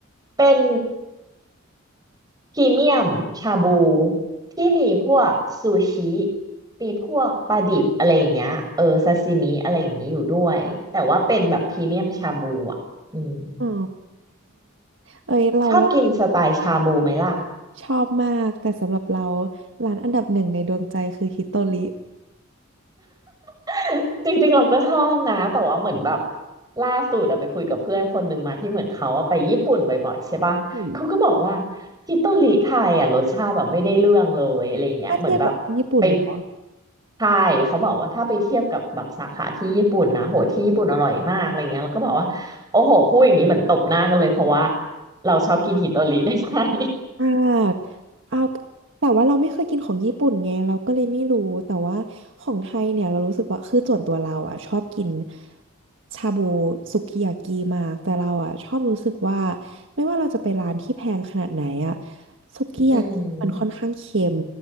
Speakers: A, on the right; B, on the right.
A: เป็น พรีเมียมชาบูที่มีพวกซูชิมีพวกปลาดิบอะไรอย่างเงี้ยเออซาซิมิอะไรอย่างเงี้ยอยู่ด้วยแต่ว่าเป็นแบบพรีเมียมชาบูอ่ะอืม
B: อ๋อเอ้ยเรา
A: ชอบกินสไตล์ชาบูไหมล่ะ
B: ชอบมากแต่สำหรับเราร้านอันดับหนึ่งในดวงใจคือฮิโตริ
A: <laughs> จริงๆเราก็ชอบนะแต่ว่าเหมือนแบบล่าสุดอะไปคุยกับเพื่อนคนหนึ่งมาที่เหมือนเขาอะไปญี่ปุ่นบ่อยๆใช่ปะเขาก็บอกว่า
B: อืม
A: ฮิโตริไทยอะรสชาติแบบไม่ได้เรื่องเลยอะไรเงี้ยเหมือนแบบไป
B: ถ้าเทียบกับที่ญี่ปุ่นเหรอ
A: ไทยเขาบอกว่าถ้าไปเทียบกับแบบสาขาที่ญี่ปุ่นนะโหที่ญี่ปุ่นอร่อยมากอะไรเงี้ยแล้วก็บอกว่าโอ้โหพูดอย่างนี้เหมือนตบหน้ากันเลยเพราะว่าเราชอบกินฮิโตริ <laughs> ในไทย
B: อ่าเอาแต่ว่าเราไม่เคยกินของญี่ปุ่นไงเราก็เลยไม่รู้แต่ว่าของไทยเนี่ยเรารู้สึกว่าคือส่วนตัวเราอ่ะชอบกินชาบูสุกิยากิมากแต่เราอ่ะชอบรู้สึกว่าไม่ว่าเราจะไปร้านที่แพงขนาดไหนอ่ะสุกิยากิมันค่อนข้างเค็ม
A: <laughs> อืม